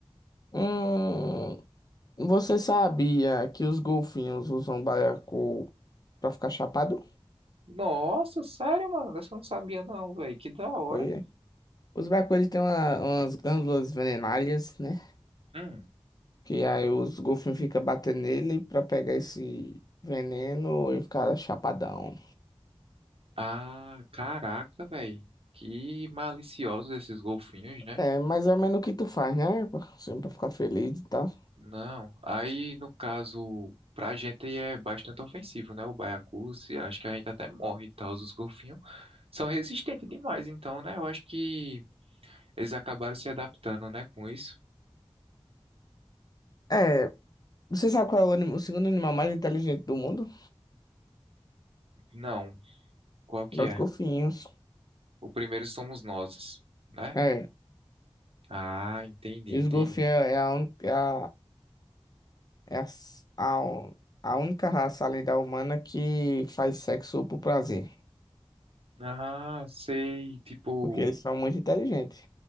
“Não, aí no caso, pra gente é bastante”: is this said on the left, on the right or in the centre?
Right